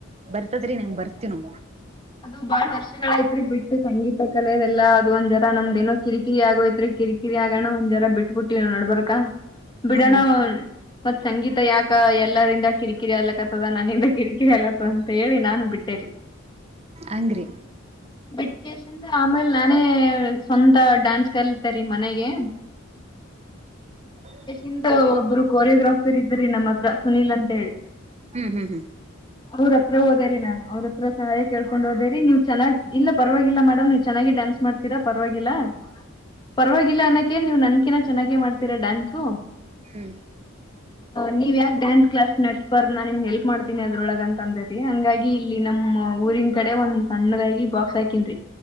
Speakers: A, on the right; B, on the left.
A: ಬರ್ತದ್ರಿ ನಂಗ ಬರ್ತಿನೋ
B: ಅದು ಬಾಳ ವರ್ಷಗಳ ಐತ್ರಿ ಬಿಟ್ಟು ಸಂಗೀತ ಕಲೆ ಅದೆಲ್ಲ ಅದು ಒಂದ್ ಜನ ನಮ್ದೇಏೋ ಕಿರಿಕಿರಿ ಆಗೋಯತ್ರಿ ಕಿರಿಕಿರಿ ಆಗೋಣ ಒಂದ್ ಜರ ಬಿಟ್ಬ ಬಿಟ್ಟಿ ನಡ್ಬರ್ಕ ಬಿಡಾನ
A: ಹಾ ಹಾ
B: ಮತ್ ಸಂಗೀತ ಯಾಕ ಎಲ್ಲರಿಂದ ಕಿರಿಕಿರಿ ಅಲಕತ್ತದ ನನ್ನಿಂದ ಕಿರಿಕಿರಿ ಅಲತ ಅಂತ ಹೇಳಿ ನಾನು ಬಿಟ್ಟೇರಿ
A: ಅಂಗ್ರೆ
B: ಬಿಟ್ಟಕೇಶಿಂದ ಆಮೇಲೆ ನಾನೇ ಸ್ವಂತ ಡಾನ್ಸ್ ಕಲತರಿೀ ಮನೆಗೆ
A: ಹ
B: ಇಂತ ಒಬ್ಬರು ಕೊರಿಯೋಗ್ರಾಫರ್ ಇದ್ರಿ ನಮ್ಮ ಹತ್ರ ಸುನೀಲ್ ಅಂತ ಹೇಳಿ
A: ಹ್ಮ್ ಹ್ಮ್ ಹ್ಮ್
B: ಅವ್ರ ಹತ್ರ ಹೋದಾರಿ ನಾನು ಅವ್ರ ಹತ್ರ ಸಹಾಯ ಕೇಳ್ಕೊಂಡ್ ಹೋದೇರಿ ನೀವ್ ಚೆನ್ನ್ ಇಲ್ಲ ಪರವಾಗಿಲ್ಲ ಮೇಡಮ್ ನೀವ್ ಚೆನ್ನಾಗಿ ಡ್ಯಾನ್ಸ್ ಮಾಡ್ತೀರಾ ಪರವಾಗಿಲ್ಲ ಪರವಾಗಿಲ್ಲ ಅನ್ನಕೆ ನೀವು ನನ್ಕಿನ ಚೆನ್ನಾಗೆ ಮಾಡ್ತೀರಾ ಡ್ಯಾನ್ಸು
A: ಹ್ಮ್
B: ನೀವ್ ಯಾಕ್ ಡ್ಯಾನ್ಸ್ ಕ್ಲಾಸ್ ನಡ್ಸ್ಬಾರ್ದ ನಾನ ನಿಮಗ ಹೆಲ್ಪ್ ಮಾಡ್ತೀನಿ ಅದ್ರೊಳಗ ಅಂತ ಅಂದ್ರ ರಿ ಹಂಗಾಗಿ ಇಲ್ಲಿ ನಮ್ಮ್ ಊರಿನ್ ಕಡೆ ಒಂದ್ ಸಣ್ಣದಾಗಿ ಬಾಕ್ಸ್ ಹಾಕಿನ ರಿ